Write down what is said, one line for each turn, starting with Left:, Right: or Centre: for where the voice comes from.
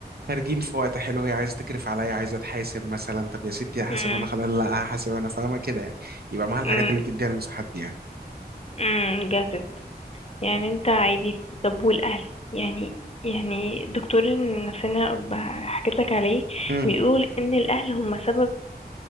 Right: خارجين في وقت حلو هي عايزه تكرف عليا عايزه تحاسب مثلا طب يا ستي هحاسب
Left: امم
Right: انا خلاص لا هحاسب انا فاهمه كده يعني يبقى معاها الحاجات
Left: امم
Right: اللي بتديها المساحات دي
Left: امم got it. يعني انت عادي في- طب والاهل يعني يعني دكتور النفسانة ب- حكيت لك عليه
Right: يعني
Left: بيقول ان الاهل هم سبب